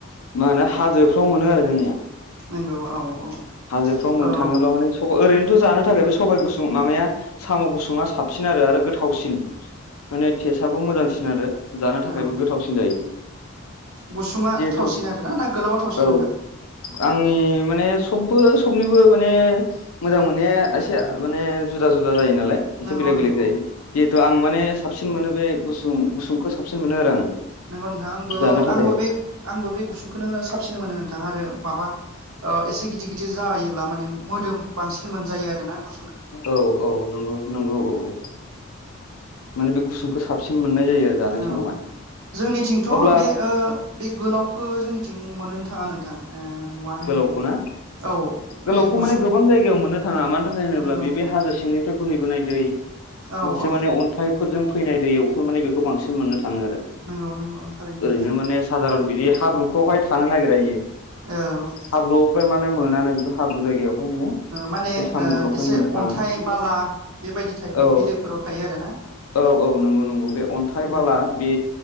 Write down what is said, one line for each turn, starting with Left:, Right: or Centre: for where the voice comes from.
Left: मा होनो हाजोफ्राव मोनो आरो जोंनिया।
Right: नंगौ औ औ।
Left: हाजोफ्राव मोन
Right: औ
Left: थाङोब्ला माने ओरैनोथ' जानो थाखाय बे सबाय गुसुं माबाया साम' गुसुङा साबसिन आरो, आरो गोथावसिन। माने टेस्टआबो मोजांसिन आरो जानो थाखायबो
Right: औ
Left: गोथावसिन जायो।
Right: गुसुङा
Left: जिहेथु
Right: थावसिन आरो ना, ना गोलावा? थावसिन
Left: औ
Right: नोंथां
Left: आंनि माने सबबो सबनिबो माने
Right: नंगौ
Left: मोजां मोननाया एसे माने जुदा जुदा जायो नालाय।
Right: नंगौ
Left: एसे बेलेग
Right: नंगौ
Left: बेलेग जायो जिहेथु आं माने साबसिन मोनो बे गुसुं गुसुंखौ साबसिन मोनो आरो आङो।
Right: नंगौ नोंथां आंबो
Left: जानो थाखाय
Right: आंबो बे आंबो बे गुसुंखौनो साबसिन मोनो नोंथां आरो माबा ओ एसे गिदिर गिदिर जायोब्ला माने मोदोम बांसिन मोनजायो आरो ना गु
Left: औ औ नंगौ नंगौ औ औ माने बे गुसुंखौ साबसिन मोननाय जायो। आरो जानाय
Right: औ
Left: समावहाय
Right: जोंनिथिंथ'
Left: अब्ला
Right: बे ओ बे गोलावखौ जोंनिथिं मोन्नोनो थाङा नोंथां नुआनो
Left: गोलावखौ
Right: माने।
Left: ना
Right: औ। बे
Left: गोलावखौ
Right: गुसुं
Left: माने गोबां जायगायाव मोननो थाङा मानो थाखाय होनोब्ला
Right: नंगौ
Left: बे बे हाजो सिंनिफ्राय बोहैबोनाय दै
Right: औ
Left: माखासे
Right: औ।
Left: माने अन्थाइफोरजों फैनाय दैयावसो माने बेखौ बांसिन मोननो थाङो आरो।
Right: नंगौ नंगौ थारैनो
Left: ओरैनो माने साधारन बिदि हाब्रुफ्रावहाय थानो नागिरा इयो।
Right: औ।
Left: हाब्रुआव फ्राय माने मोनानो बेखौ हाब्रु जायगायाव ओ माने
Right: माने
Left: बे साम'
Right: ओ
Left: गोलावखौनो
Right: एसे
Left: मोननो
Right: अन्थाइ
Left: थाङा
Right: बाला बेबायदि टाइपनि
Left: औ।
Right: बिलोफोराव थायो आरोना
Left: औ औ नंगौ नंगौ बे अन्थाइ
Right: औ
Left: बाला बे